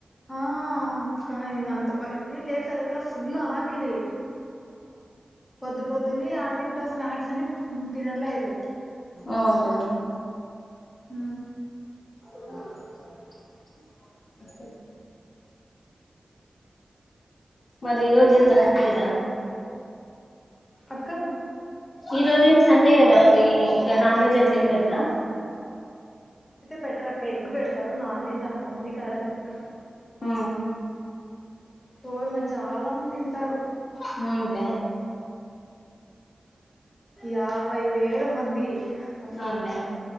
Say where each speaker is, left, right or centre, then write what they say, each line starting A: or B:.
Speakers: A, on the left; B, on the left.
A: హ కానీ ఇం అంత పద్దుని లేక చలకల ఫుల్ ఆకిలి పొద్దు పొద్దుని ఆడ తింటా స్నాక్స్ అని తినలేదు
B: అవునులే
A: హ
B: అ హ మరి ఈ రోజు ఏం తం లేదా
A: అక్క
B: ఈ రోజేం సండే కదా మరి నాన్ వెజ్ అట్ల ఎం పేట్రా
A: పెట్రాక్ ఒక ఎగ్ పెడతారు నాన్ వెెజ్ అంత మంది యాడ పెడతారు
B: ఆ
A: ఓయమ్మో చాలా మంది వింటారు
B: అవునులే
A: యాభై వేల మంది అసలు
B: అవునులే